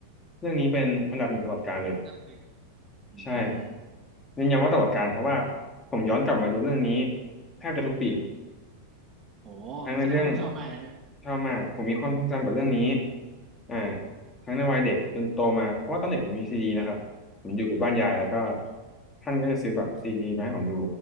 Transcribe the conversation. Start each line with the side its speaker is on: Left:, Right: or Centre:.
Left: เรื่องนี้เป็นอันดับหนึ่งตลอดกาลเลย
Right: อันดับหนึ่งอืม
Left: ใช่ยืนยันว่าตลอดกาลเพราะว่าผมย้อนกลับมาดูเรื่องนี้แทบจะทุกปี
Right: โห
Left: ทั้งในเรื่อง
Right: แสดงว่าคุณชอบมากนะเนี่ย
Left: ชอบมากผมมีความทรงจำกับเรื่องนี้อ่าทั้งในวัยเด็กจนโตมาเพราะว่าตอนเด็กผมมีซีดีนะครับผมอยู่กับบ้านยายแล้วก็
Right: อืม
Left: ท่านก็จะซื้อแบบซีดีมาให้ผมดู